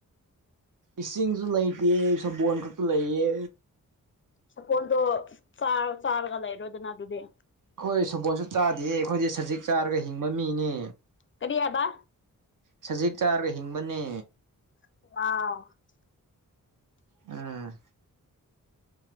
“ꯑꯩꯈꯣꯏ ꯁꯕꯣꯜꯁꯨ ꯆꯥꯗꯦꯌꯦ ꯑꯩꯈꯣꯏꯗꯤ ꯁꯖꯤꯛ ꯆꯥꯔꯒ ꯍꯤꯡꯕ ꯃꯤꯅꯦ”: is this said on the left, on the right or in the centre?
Right